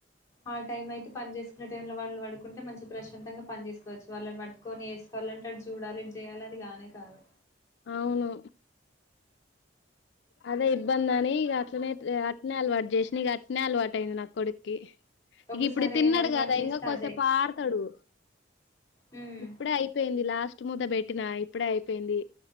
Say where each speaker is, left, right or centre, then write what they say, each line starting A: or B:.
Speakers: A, on the left; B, on the left.
A: ఆ టైం అయితే పని చేసుకునే టైం లో వాళ్ళు వాళ్ళు పడుకుంటే మంచి ప్రశాంతంగా పని చేసుకోవచ్చు వాళ్ళని పట్టుకొని చేసుకోవాలంటే అటు చూడాలి ఇది చేయాలి అది గానే కాదు
B: అవును అదే ఇబ్బంది అని ఇక అట్లనే అట్నే అలవాటు చేసినా ఇక అట్నే అలవాటు అయింది నా కొడుక్కి
A: ఒకసారి
B: ఇక ఇప్పుడు తిన్నాడు
A: ఏది అలవాటు
B: కదా
A: చేస్తే
B: ఇంకాకోసేపు
A: అదే
B: ఆడతాడు
A: హ్మ్
B: ఇప్పుడే అయిపోయింది లాస్ట్ ముద్ద పెట్టినా ఇప్పుడే అయిపోయింది